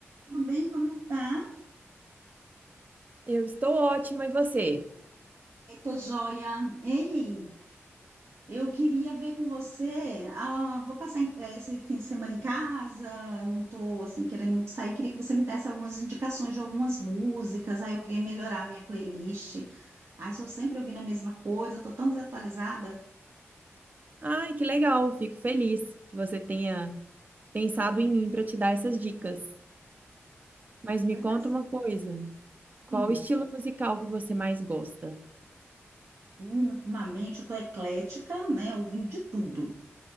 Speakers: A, on the right; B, on the right.
A: Tudo bem? Como é que tá?
B: Eu estou ótima, e você?
A: Ai, tô joia. Ei, eu queria ver com você. Ah, vou passar em- eh, esse fim de semana em casa, não tô assim querendo muito sair. Queria que você me desse algumas indicações de algumas músicas. Aí eu queria melhorar a minha playlist. Ai, sou sempre ouvindo a mesma coisa, tô tão desatualizada.
B: Ai, que legal, fico feliz que você tenha pensado em mim para te dar essas dicas. Mas me
A: Pois
B: conta
A: é.
B: uma coisa, qual
A: Hum,
B: o estilo musical que você mais gosta?
A: menina, ultimamente eu tô eclética, né? Ouvindo de tudo.